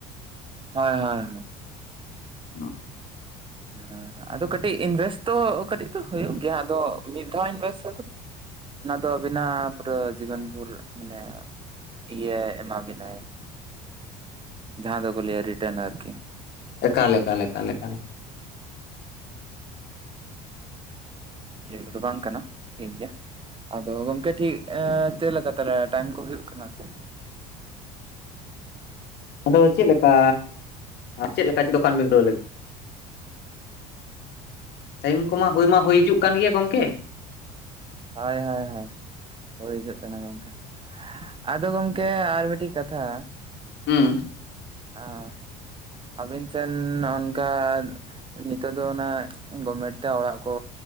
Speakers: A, on the right (about 25°); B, on the left (about 55°).
A: ᱦᱚᱭ ᱦᱚᱭ
B: <unintelligible>
A: ᱦᱮᱸ ᱟᱫᱚ ᱠᱟᱹᱴᱤᱡ ᱤᱱᱵᱷᱮᱥ ᱛᱚ ᱠᱟᱹᱴᱤᱡ ᱫᱚ ᱦᱩᱭᱩᱜ ᱜᱮᱭᱟ ᱟᱫᱚ ᱢᱤᱫ ᱫᱷᱟᱣ ᱤᱱᱵᱮᱥ ᱟᱫᱚ ᱚᱱᱟ ᱫᱚ ᱟᱹᱵᱤᱱᱟᱜ ᱯᱩᱨᱟᱹ ᱡᱤᱵᱚᱱ ᱵᱷᱳᱨ ᱢᱟᱱᱮ ᱤᱭᱟᱹ ᱮᱢᱟ ᱵᱤᱱᱟᱭ ᱡᱟᱦᱟᱸ ᱫᱚᱠᱚ ᱞᱟᱹᱭᱟ ᱨᱤᱴᱨᱟᱱ ᱟᱨᱠᱤ
B: ᱮᱠᱟᱞ ᱮᱠᱟᱞ ᱮᱠᱟᱞ ᱮᱠᱟᱞ
A: <unintelligible> ᱵᱟᱝ ᱠᱟᱱᱟ ᱴᱷᱤᱠ ᱜᱮ ᱟᱫᱚ ᱜᱚᱢᱠᱮ ᱴᱷᱤᱠ ᱮᱸ ᱪᱮᱫ ᱞᱮᱠᱟ ᱛᱟᱞᱮ ᱴᱟᱭᱤᱢ ᱠᱚ ᱦᱩᱭᱩᱜ ᱠᱟᱱᱟ ᱥᱮ
B: ᱟᱫᱚ ᱪᱮᱫᱞᱮᱠᱟ ᱪᱮᱫ ᱞᱮᱠᱟ ᱫᱚᱠᱟᱱ ᱵᱤᱱ ᱠᱷᱩᱞᱟᱣ ᱞᱟᱹᱜᱤᱫ ᱴᱟᱭᱤᱢ ᱠᱚᱢᱟ ᱦᱳᱭ ᱢᱟ ᱦᱩᱭ ᱦᱤᱡᱩᱜ ᱠᱟᱱ ᱜᱮᱭᱟ ᱜᱚᱝᱠᱮ
A: ᱦᱳᱭ ᱦᱳᱭ ᱦᱳᱭ ᱦᱳᱭ ᱦᱤᱡᱩᱜ ᱠᱟᱱᱟ ᱜᱚᱝᱠᱮ ᱟᱫᱚ ᱜᱚᱢᱠᱮ ᱟᱨ ᱢᱤᱴᱤᱡ ᱠᱟᱼᱼ ᱛᱷᱟ
B: ᱦᱩᱸ
A: ᱟᱸ ᱟᱹᱵᱤᱱ ᱥᱮᱱ ᱦᱚᱜ ᱱᱚᱝᱠᱟ ᱱᱤᱛᱳᱜ ᱫᱚ ᱚᱱᱟ ᱜᱚᱵᱷᱢᱮᱴ ᱛᱮ ᱚᱲᱟᱜ ᱠᱚ